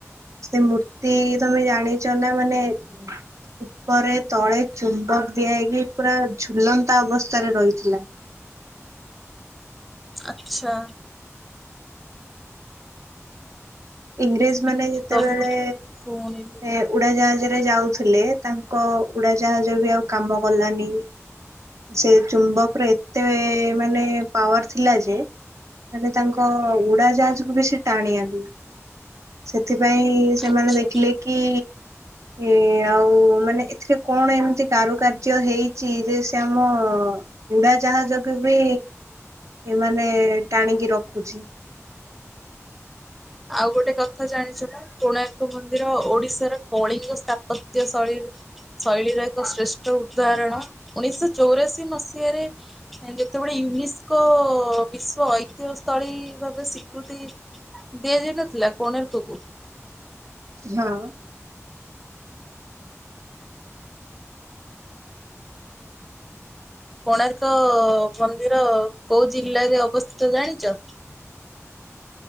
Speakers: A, on the right; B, in the centre.
A: ସେ ମୂର୍ତ୍ତି ତମେ ଜାଣିଛ ନା ମାନେ ଉପରେ ତଳେ ଚୁମ୍ବକ ଦିଆ ହେଇକି ପୁରା ଝୁଲନ୍ତା ଅବସ୍ଥାରେ ରହିଥିଲା।
B: ଆଚ୍ଛା।
A: ଇଂରେଜ
B: ମୁଁ
A: ମାନେ ଯେତେବେଳେ
B: ତମଠୁ ଶୁଣିଲି
A: ହେ ଉଡାଜାହାଜରେ ଯାଉଥିଲେ ତାଙ୍କ ଉଡାଜାହାଜ ବି ଆଉ କାମ କଲାନି। ସେ ଚୁମ୍ବକ ର ଏତେ ମାନେ ପାୱାର ଥିଲା ଯେ। ମାନେ ତାଙ୍କ ଉଡା ଜାହାଜକୁୁ ବି ସେ ଟାଣି ଆଣିଲା। ସେଥିପାଇଁ ସେମାନେ
B: ଆଚ୍ଛା।
A: ଦେଖିଲେ କି। ଏ ଆଉ ମାନେ ଏଥିରେ କଣ ଏମିତି କାରୁକାର୍ଯ୍ୟ ହେଇଛି ଯେ ସେ ଆମ ଉଡା ଜାହାଜକୁ ବି ଏମାନେ ଟାଣିକି ରଖୁଛି।
B: ଆଉ ଗୋଟେ କଥା ଜାଣିଛ ନା। କୋଣାର୍କ ମନ୍ଦିର ଓଡିଶାର କଳିଙ୍ଗ ସ୍ଥାପତ୍ୟ ଶୈଳୀ ଶୈଳୀର ଏକ ଶ୍ରେଷ୍ଠ ଉଦାହରଣ ଉଣେଇଶ ଚଉରାସୀ ମସିହାରେ। ଯେତେବେଳେ ୟୁନେସ୍କୋ ବିଶ୍ଵ ଐତିହସ୍ତ ଶୈଳୀ ଭାବେ ଶିଖୁ ଦିଅ ଯାଇନଥିଲା କୋଣାର୍କ କୁ।
A: ହଁ।
B: କୋଣାର୍କ ମନ୍ଦିର କୋଉ ଜିଲ୍ଲାରେ ଅବସ୍ଥିତ ଜାଣିଛ?